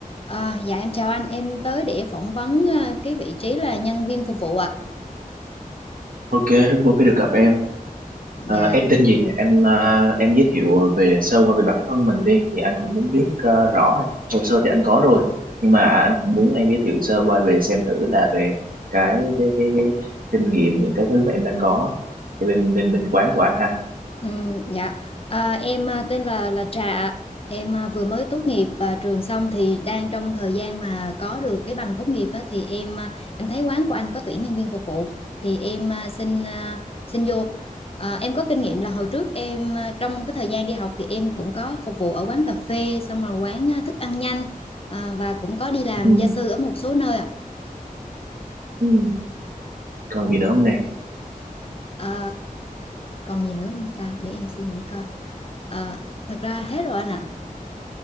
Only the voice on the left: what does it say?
À, dạ em chào anh, em tới để phỏng vấn à, cái vị trí là nhân viên phục vụ ạ.
Dạ,
ừm, dạ. À, em à, tên là là Trà ạ. Em à, vừa mới tốt nghiệp à, trường xong thì đang trong thời gian mà có được cái bằng tốt nghiệp á, thì em à, em thấy quán của anh có tuyển nhân viên phục vụ thì em à, xin à, xin vô. À, em có kinh nghiệm là hồi trước em à, trong cái thời gian đi học thì em cũng có phục vụ ở quán cà phê, xong rồi quán à, thức ăn nhanh à, và cũng có đi làm
gia sư ở một số nơi ạ.
À, còn gì nữa không ta? Để em suy nghĩ coi. À, thật ra hết rồi anh ạ.